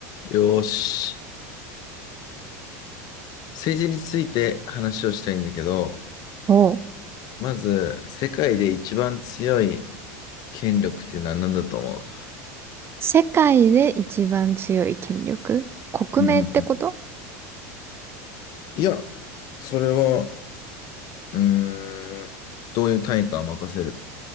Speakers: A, on the left (about 50°); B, on the right (about 30°).
A: よーし。政治について話をしたいんだけど、
B: お、
A: まず、世界で一番強い権力っていうのは何だと思
B: 世界で一番強い権力国名ってこと
A: ううんうんうんいや、それは、うーん、どういう単位かは任せる。